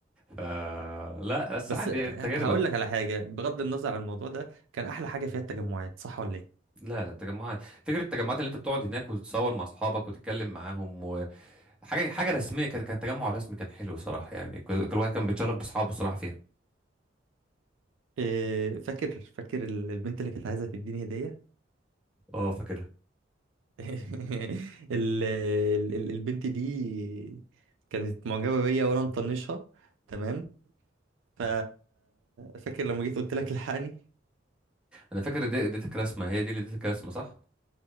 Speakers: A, in the centre; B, on the right.
A: ف لا بس
B: بس
A: عادي
B: آه،
A: تجربه
B: هقول لك على حاجة بغض النظر عن الموضوع ده كان أحلى حاجة فيها التجمعات صح ولا إيه؟
A: لا لا التجمعات فكره التجمعات اللي انت بتقعد هناك وتتصور مع اصحابك وتتكلم معاهم وحاجه حاجه رسميه كده كان تجمع رسمي كان حلو صراحه يعني كل كل واحد كان بيتشرف باصحابه صراحه فيها
B: إيه، فاكر فاكر ال- البنت اللي كانت عايزة تديني هدية
A: اه فاكرها
B: <laughs> ال- ال- ال- البنت دي كانت معجبة بيا وأنا مطنشها تمام ف فاكر لما جيت قلت لك الحقني
A: انا فاكر دي- اديتك رسمه هي دي اللي اديتك رسمه صح